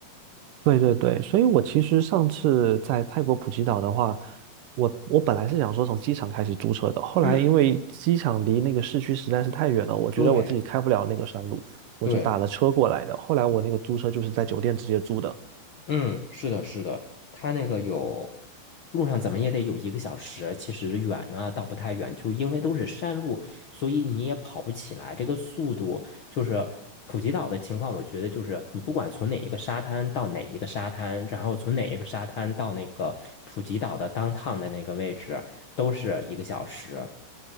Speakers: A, on the right (about 70°); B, on the left (about 85°).
A: 对对对，所以我其实上次在泰国普吉岛的话，我我本来是想说从机场开始租车的，后来因为机场离那个市区实在是太远了，
B: 嗯。
A: 我觉得我自己开不了那个山路，
B: 对
A: 我就打了车过来的。
B: 对，
A: 后来我那个租车就是在酒店直接租的。
B: 嗯，是的，是的，它那个有路上怎么也得有一个小时，其实远呢倒不太远，就因为都是山路，所以你也跑不起来，这个速度就是普吉岛的情况，我觉得就是你不管从哪一个沙滩到哪一个沙滩，然后从哪一个沙滩到那个普吉岛的 downtown 的那个位置，都是一个小时，